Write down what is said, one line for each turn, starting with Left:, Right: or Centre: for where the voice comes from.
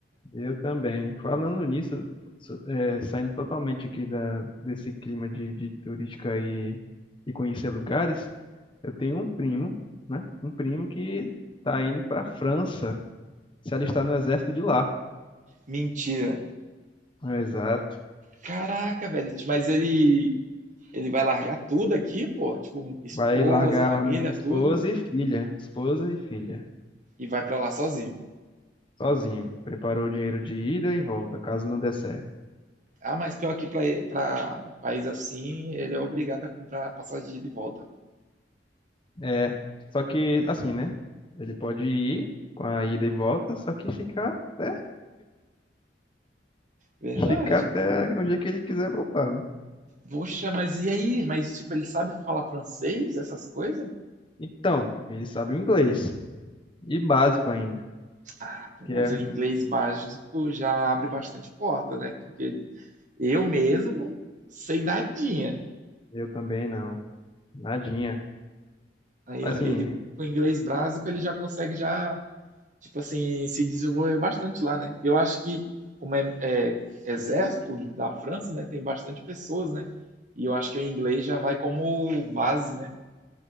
Left: eu também. Falando nisso, so- é, saindo totalmente aqui da, desse clima de, de turística e, e conhecer lugares, eu tenho um primo, né? Um primo que tá indo pra França, se alistar no exército de lá.
Right: Mentira.
Left: É, Exato.
Right: Caraca, velho, ti- mas ele ele vai largar tudo aqui, pô, tipo, esposa,
Left: Vai largar
Right: família,
Left: esposa
Right: tudo,
Left: e filha. Esposa e filha.
Right: e vai pra lá sozinho.
Left: Sozinho. Preparou o dinheiro de ida e volta, caso não der certo.
Right: Ah, mas pior que para país assim, ele é obrigado a comprar passagem de ida e volta.
Left: É. Só que, assim, né? Ele pode ir com a ida e volta, só que ficar, né?
Right: Verdade,
Left: Ficar até
Right: pô.
Left: o dia que ele quiser voltar, né?
Right: Poxa, mas e aí? Mas, tipo, ele sabe falar francês, essas coisas?
Left: Então, ele sabe o inglês. E básico ainda.
Right: Ah, pô,
Left: Que
Right: mas
Left: é,
Right: o inglês básico já abre bastante porta, né? Porque eu mesmo sei nadinha.
Left: eu também não. Nadinha.
Right: Aí,
Left: Mas,
Right: ó, ele
Left: Assim,
Right: com o inglês básico, ele já consegue já tipo assim, se desenvolveu bastante lá, né? Eu acho que, como é, é exército da França, né, tem bastante pessoas, né? E eu acho que o inglês já vai como base, né?